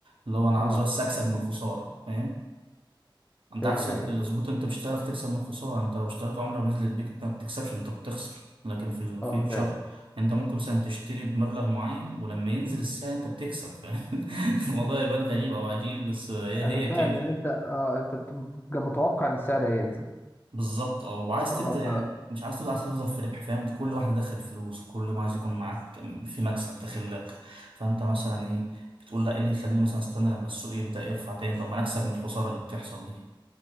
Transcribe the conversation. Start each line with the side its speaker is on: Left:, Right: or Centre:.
Right: اللي هو انا
Left: اه
Right: عاوز بس اكسب من الخسارة فاهم انت
Left: فاهم
Right: عكس
Left: ايوه
Right: الظبط انت مش هتعرف تكسب من الخساره انت لو اشتريت عمله ونزلت بيك انت ما بتكسبش انت بتخسر لكن في الفيوتشر
Left: اه فاهم
Right: انت ممكن مثلا تشتري بمبلغ معين ولما ينزل السعر انت بتكسب فاهم؟ <laughs> الموضوع يبان غريب او عجيب بس هي
Left: انا
Right: هي
Left: فاهم
Right: كده
Left: ان انت اه انت بت- بتبقى متوقع ان السعر هينزل
Right: بالظبط اه وعايز
Left: اه
Right: تفضل يعني مش عايز تفضل عايز تفضل في ربح فاهم كل واحده دخل فلوس كل ما عايز يكون معاك في مكسب داخل لك فانت مثلا ايه بتقول لا ايه اللي يخليني مثلا استنى لما السوق يبدا يرفع تاني طب ما انا اكسب من الخساره اللي بتحصل دي